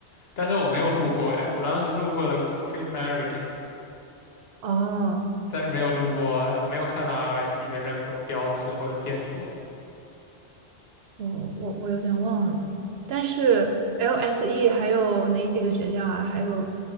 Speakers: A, on the left; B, on the right.
A: 但是我没有路过哎，我当时路过了 Queen Mary，
B: 哦，
A: 但是没有路过，没有看到 LSE 的任何标志或者建筑。
B: 我我我有点忘了，但是 LSE 还有哪几个学校啊？还有